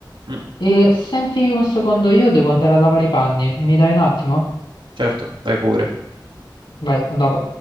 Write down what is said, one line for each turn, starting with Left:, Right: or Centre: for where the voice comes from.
Right: Mm,
Left: E senti un secondo, io devo andare a lavare i panni, mi dai un attimo?
Right: certo, vai pure.
Left: Vai, a dopo.